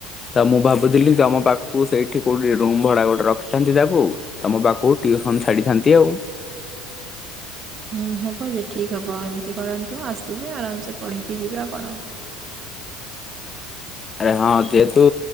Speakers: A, on the left; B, on the right.
A: ତା ମୁଁ ଭାବୁଥିଲି ଯେ ଆମ ପାଖକୁ ସେଇଠି କୋଉଠି ରୁମ ଭଡା ଗୋଟେ ରଖିଥାନ୍ତି ତାକୁ ତମ ପାଖକୁ ଟିଉସନ ଛାଡିଥାନ୍ତି ଆଉ।
B: ହୁଁ ହବ ଯେ ଠିକ ହବ ଏମିତି କରନ୍ତୁ ଆସିବେ ଆରାମସ ପଢିକି ଯିବେ ଆଉ କଣ।
A: ଆରେ ହଁ କେ ତୁ